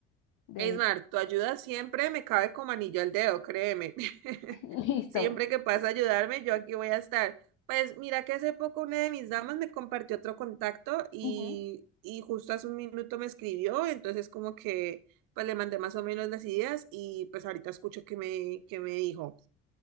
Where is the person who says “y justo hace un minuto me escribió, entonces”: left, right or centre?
Right